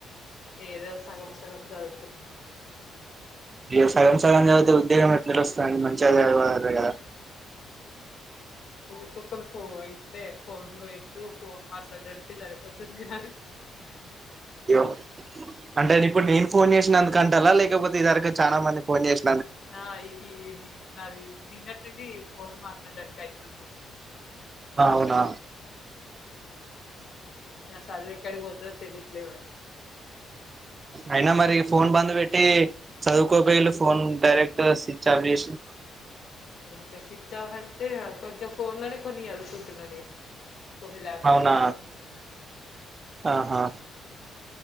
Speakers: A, on the left; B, on the right.
A: ఏదో సగం సగం చదువుతున్న అంతే.
B: ఇగ సగం సగం చదివితే ఉద్యోగం అట్లెట్ల వస్తదండి మంచిగా చదవాలి కదా.
A: ఊరికొక్కళు ఫో ఇట్లే ఫోన్ లో వయిస్తూ ఫోన్ మాట్లాడడానికి సరిపోతుంది నాది
B: అ అయ్యో అంటే ఇప్పుడు నేను ఫోన్ చేసినందుకు అంటల్లా లేకపోతే ఇదివరకు చాన మంది ఫోన్ చేసి
A: ఆ ఈ ఈ నీ నాది నిన్నట్ట్నుండి ఫోన్ లు మాట్లాడడానికి అయితుంది.
B: అవునా
A: మ్ ఇగ సదువు ఎక్కడికి పోతదో తెలిట్లేదు మరి.
B: అయినా మరి ఫోన్ బంద్ వెట్టీ చదువుకోపోయిళ్ళు phone direct switch off చేసి
A: ఇంకా స్విచ్ ఆఫ్ అంటే కొంచెం ఫోన్లనే కొన్ని చదువుకుంటున్నా నేను. కొన్ని లాప్టాప్లా
B: అవునా
A: చదుకుంటున్నాను.
B: ఆహా